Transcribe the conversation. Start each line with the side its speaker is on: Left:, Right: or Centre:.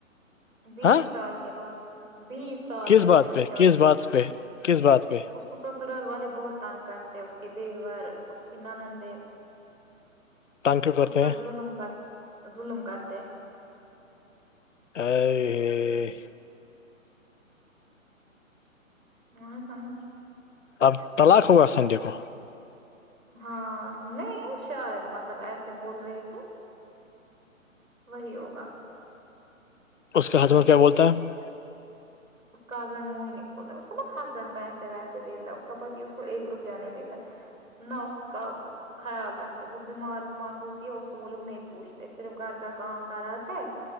Right: بیس
Left: ہاں
Right: سال کے بعد بیس سال
Left: کس
Right: ہو
Left: بات
Right: گئے تھے
Left: پہ
Right: شادی
Left: کس بات
Right: تو
Left: پہ کس بات پہ
Right: اس کو سسرال والے بہت تانگ کرتے ہیں اس کے دیور اس کی نانندے
Left: تنگ کیوں کرتے
Right: اس پر
Left: ہیں
Right: ظلم کر ظلم کرتے
Left: ا <inaudible> ا <inaudible>
Right: م نے سمج <inaudible>
Left: اب طلاق ہوا سنڈے کو
Right: ہاں نہیں شاید مطلب ایسے بول رہے کیا وہی ہوگا
Left: اس کا حضمر کیا بولتا ہے <unintelligible>
Right: اس کا ہسبینڈ منہ نہیں کھولتا اس کو بہت ہسبینڈ پیسے ویسے دیتا ہے اس کا پتی اس کو ایک روپیہ نہیں دیتا نہ اس کا خیال رکھتے وہ بیمار ومار ہوتی ہے اس کو وہ لوگ نہیں پوچھتے صرف گھر کا کام کراتے